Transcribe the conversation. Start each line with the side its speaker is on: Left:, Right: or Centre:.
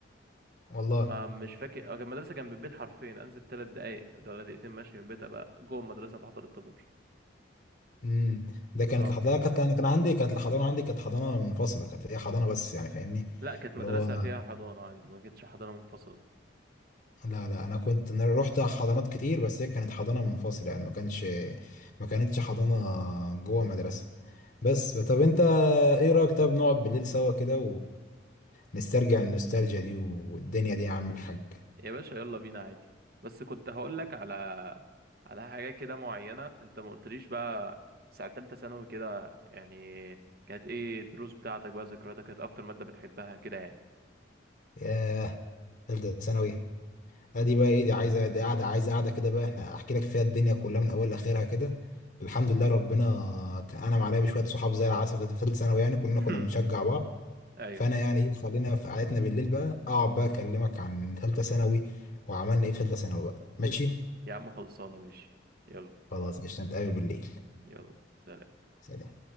Left: والله
Right: ما مش فاكر آه، كان مدرسة جنب البيت حرفيا أنزل تلات دقايق ولا دقيقتين ماشي من البيت أبقى جوه المدرسة بحضر الطابور
Left: امم ده كانت
Right: اه
Left: الحضانه كانت انا كان عندي كانت الحضانه عندي كانت حضانه منفصله كانت هي حضانه بس يعني فاهمني
Right: لا كانت مدرسة
Left: اللي هو
Right: فيها حضانة عندي ما كانتش حضانة منفصلة
Left: لا لا انا كنت ن- رحت حضانات كتير بس هي كانت حضانه منفصله يعني ما كانش ما كانتش حضانه جوه مدرسه بس طب انت ايه رايك طب نقعد بالليل سوا كده ونسترجع النوستالجيا دي والدنيا دي يا عم الحاج
Right: يا باشا يلا بينا عادي بس كنت هقول لك على على حاجة كده معينة انت ما قلتليش بقى ساعة تالتة ثانوي كده يعني كانت ايه الدروس بتاعتك بقى ذكرياتك كانت اكتر مادة بتحبها كده يعني
Left: ياه ثالثه ثانوي ادي بقى ايه دي عايزه دي قاعده عايزه قاعده كده بقى احنا احكي لك فيها الدنيا كلها من اول لاخرها كده الحمد لله ربنا انعم عليا بشويه صحاب زي العسل في ثالثه ثانوي يعني كلنا
Right: <laughs>
Left: كنا بنشجع بعض
Right: ايوه
Left: فانا يعني ايه خلينا في قعدتنا بالليل بقى اقعد بقى اكلمك عن ثالثه ثانوي وعملنا ايه في ثالثه ثانوي بقى ماشي
Right: يا عم خلصانة ماشي يلا
Left: خلاص قشطه نتقابل بالليل
Right: يلا سلام
Left: سلام